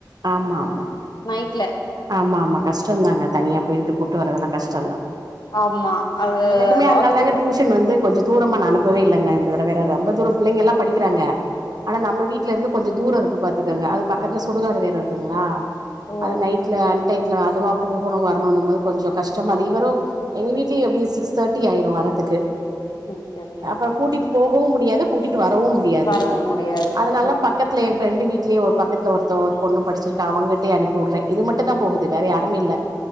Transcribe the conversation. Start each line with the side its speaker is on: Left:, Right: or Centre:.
Right: ஆமா ஆமா
Left: நைட்ல
Right: ஆமா ஆமா கஷ்டந்தாங்க தனியா போய்ட்டு கூட்டு வரதெல்லா கஷ்ட் தா
Left: ஆமா அது
Right: எனக்குமே
Left: ராத்திரி
Right: அதனால தாங்க டியூஷ் சன் வந்து கொஞ்ச தூரமா நா அனுப்பவே இல்லங்க இந்த தறவெல்ல ரொம்ப தூர பிள்ளைங்கெல்லா படிக்றாங்க ஆனா நம்ம வீட்ல இருந்து கொஞ்ச தூர இருக்கு பாத்துக்கங்க அது பக்கத்துல சுடுகாடு வேற இருக்குங்களா
Left: ஓ
Right: அது நைட் டைத்துல அதுவா போகணு வரணுன்னும் போது கொஞ்ச கஷ்டமாது இவரு எங்க வீட்லயு எப்டியு சிக்ஸ் தார்ட்டி ஆயிரு வர்ரதுக்கு
Left: ஓகே ஓகே
Right: அப்ப கூட்டிட்டு போகவு முடியாது கூட்டிட்டு வரவு முடியாது
Left: வரவு முடியாது
Right: அதனால தா
Left: ம்
Right: பக் பக்கத்துல என் ஃப்ரெண்டு வீட்லயே ஒரு பக்கத்துல ஒருத்த ஒரு பொண்ணு படிச்சிருக்கா அவங்கிட்டயு அனுப்பி வுடுறேன் இது மட்டும் மட்டும் தா போகுது வேற யாருமே இல்ல